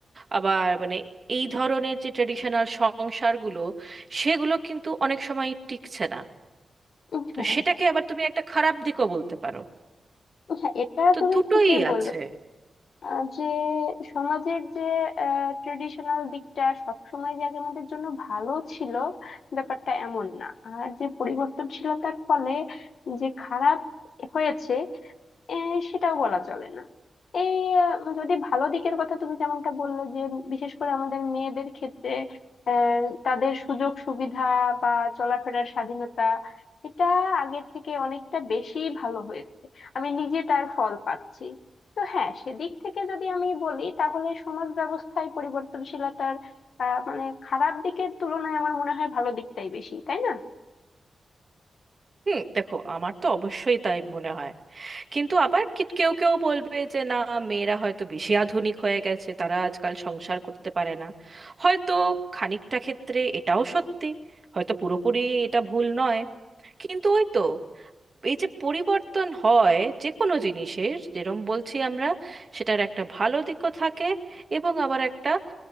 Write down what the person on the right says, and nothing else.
আবার মানে এই ধরনের যে ট্রেডিশনাল সংসারগুলো সেগুলো কিন্তু অনেক সময় টিকছে না
তো
সেটাকে
আবার তুমি একটা খারাপ দিকও বলতে পারো
তো
দুটোই
আছে
হুম দেখো আমার তো অবশ্যই তাই মনে হয় কিন্তু আবার কি- কেউ কেউ বলবে যে না মেয়েরা হয়তো বেশি আধুনিক হয়ে গেছে তারা আজকাল সংসার করতে পারে না হয়তো খানিকটা ক্ষেত্রে এটাও সত্যি হয়তো পুরোপুরি এটা ভুল নয় কিন্তু ওই তো এই যে পরিবর্তন হয় যে কোনো জিনিসের যেরম বলছি আমরা সেটার একটা ভালো দিকও থাকে এবং আবার একটা